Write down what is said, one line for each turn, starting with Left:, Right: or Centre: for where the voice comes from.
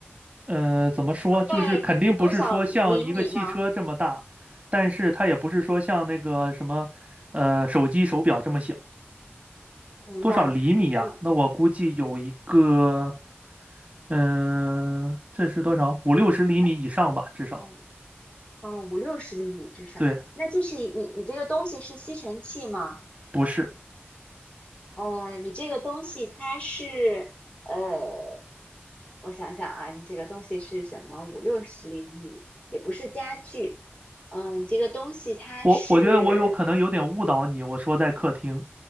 Right: 呃，怎么说，
Left: 大概多少厘米呢？
Right: 就是肯定不是说像一个汽车这么大，但是它也不是说像那个什么，呃，手机手表这么小。
Left: 明白，
Right: 多少厘米呀、
Left: 五
Right: 那我估计有一个，嗯、这是多少？五六十厘米以上吧，
Left: 三
Right: 至少。
Left: 哦哦五六十厘米至少。
Right: 对，
Left: 那就是你你这个东西是吸尘器吗？
Right: 不是，
Left: 呃，你这个东西它是呃我想想啊，你这个东西是什么？五六十厘米，也不是家具。嗯，你这个东西它是，
Right: 我我觉得我有可能有点误导你，我说在客厅，